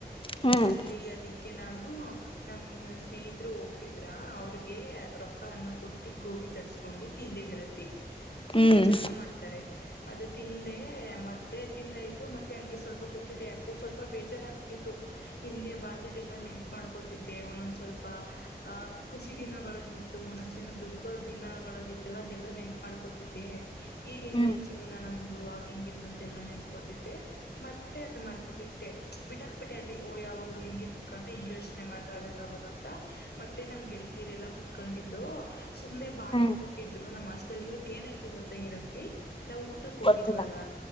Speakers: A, on the left; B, on the left.
A: ಹ್ಮ್
B: ಅಲ್ಲಿ ಅದಕ್ಕೆ ನಾನು. ಹೂನ್ ನಮ್ ಸ್ನೇಹಿತರು ಹೋಗ್ತಿದ್ರ ಅವ್ರಿಗೆ ರೊಕ್ಕ ಅನ್ನ ಕೊ ಟ್ಟ ಗೋಬಿ ತರಿಸ್ಕೊಂಡು ತಿಂದೆ ಗೆಳತಿ. <unintelligible>
A: ಹ್ಮ್
B: ತುಂಬಾ ಚೆನ್ನಾಗ್ ಮಾಡ್ತಾರೆ ಅದು ತಿಂದೆ ಮತ್ತ ಅದೇ ತಿಂದೈತು ಮತ್ತೆ ಅಂಗೆ ಸ್ವಲ್ಪ ಕೂತಿದೆ ಯಾಕೋ ಸ್ವಲ್ಪ ಬೇಜಾರಾಗ್ತೀತು ಹಿಂದೆ ಬಾಲ್ಯದೆಲ್ಲ ನೆನಪು ಮಾಡ್ಕೋತಿದ್ದೆ ಒಂದೊಂದ್ ಸ್ವಲ್ಪ. ಪ ಖುಷಿ ದಿನಗಳದ ಇತ್ತು ಒಂದೊಂದು ದಿನ ದುಃಖ ದಿನಗಳಿತ್ತು ಅಲ್ಲಾ. ಎಲ್ಲಾ ನೆನಪ ಮಾಡ್ಕೋತಿದ್ದೆ. ಈಗ ಹೆಂಗೈತೇ
A: ಹ್ಮ್
B: ಜೀವನ ನಮ್ ಆಗ ಹಿಂಗಿತ್ತು ಅಂತ ಎಲ್ಲ ನೆನೆಸ್ಕೊತಿದೆ ಮತ್ತೆ ಅದ್ ಮರ್ತು ಬಿಟ್ಟೆ ಬಿಟ್ಟಕ್ ಬಿಟ್ಟೆ ಅಲ್ಲಿ ಓ ಯಾವಾಗ್ಲೂ ಹಿಂಗೆ ಕೂತ್ಕೋತಿಯ ಹಿಂಗೆ ಯೋ <unintelligible> <unintelligible> ಮತ್ತೆ ನಮ್ ಗೆಲ್ತೀರಿ ಎಲ್ಲಾ ಕುತ್ಕೊಂಡಿದ್ದು ಸುಮ್ನೆ ಬಾಳೆಣ್ಣು
A: ಹ್ಮ್
B: ಕೊಟ್ಟಿದ್ರು. ನಮ್ಮ್ ಆಸ್ಟಲ್ಲಿ ಇವತ್ತು ಏನಾಯ್ತು ಗೊತ್ತಾ ಗೆಳತಿ. ನಾವು ಊಟಕ್ಕೆ ಹೋಗಿದ್ವಲ್ಲ
A: ಗೊತ್ತಿಲ್ಲ